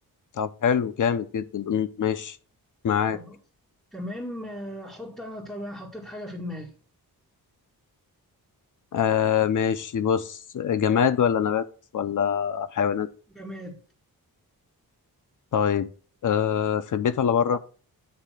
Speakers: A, on the left; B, in the centre.
A: طب حلو جامد جدا امم ماشي معاك
B: خلاص تمام آه، أحط أنا طبعا حطيت حاجة في دماغي
A: آه ماشي بص جماد ولا نبات ولا حيوانات
B: جماد
A: طيب آه في البيت ولا بره